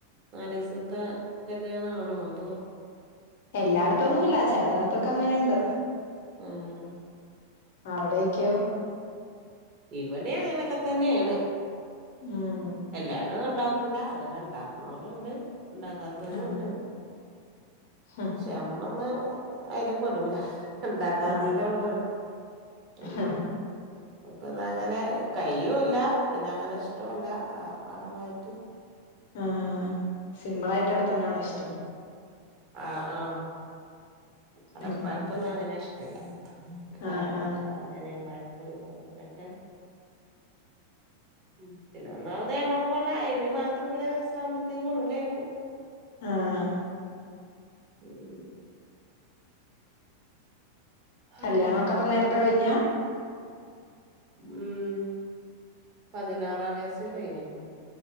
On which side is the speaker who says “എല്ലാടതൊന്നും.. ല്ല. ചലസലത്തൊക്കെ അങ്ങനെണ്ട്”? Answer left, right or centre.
Left